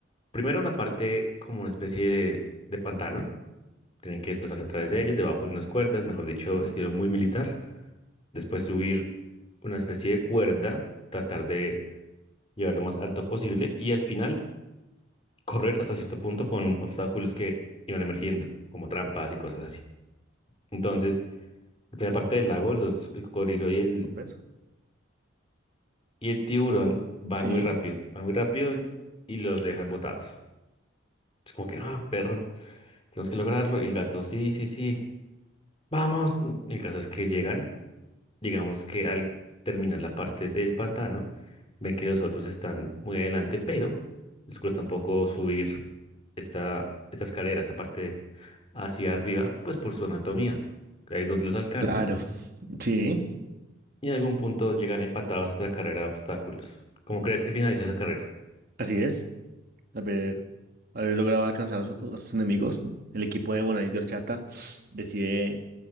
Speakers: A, on the left (about 30°); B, on the right (about 45°).
A: primero una parte como una especie de de pantano Tienen que desplazarse a través de ellos, debajo de unas cuerdas, mejor dicho, estilo muy militar. Después subir una especie de cuerda, tratar de llevar lo más alto posible y al final correr hasta cierto punto con obstáculos que iban emergiendo, como trampas y cosas así. Entonces, la primera parte del lago, los, el cocodrilo y el,
B: Súper.
A: y el tiburón van
B: Sí,
A: muy rápido, van muy rápido y los dejan botados. Es como que, ah, perro, tenemos que lograrlo. Y el gato, sí, sí, sí, vamos. El caso es que llegan. digamos que al terminar la parte del pantano, ven que los otros están muy adelante, pero les cuesta un poco subir esta, esta escalera, esta parte hacia arriba, pues por su anatomía. Ahí es donde los alcanzan
B: Claro, sí,
A: y en algún punto llegan empatados hasta la carrera de obstáculos. ¿Cómo crees que finalizó esa carrera?
B: así es. Haber, haber logrado alcanzar a, su- a sus enemigos, el equipo de Bonais de Horchata decide